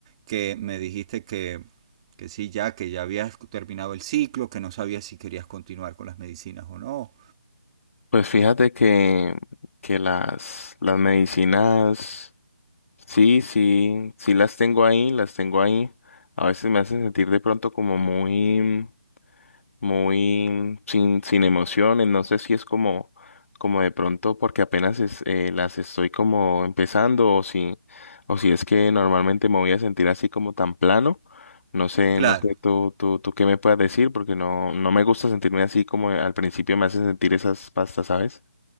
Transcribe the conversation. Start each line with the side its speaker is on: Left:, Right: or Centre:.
Right: que me dijiste que, que sí, ya que ya habías terminado el ciclo, que no sabías si querías continuar con las medicinas o no.
Left: Pues fíjate que, que las, las medicinas, sí, sí, sí las tengo ahí, las tengo ahí. A veces me hacen sentir de pronto como muy, muy sin, sin emociones. No sé si es como, como de pronto porque apenas es- eh, las estoy como empezando o si, o si es que normalmente me voy a sentir así como tan plano. No sé,
Right: Claro,
Left: no sé tú, tú, tú qué me puedas decir porque no, no me gusta sentirme así como al principio me hacen sentir esas pastas, ¿sabes?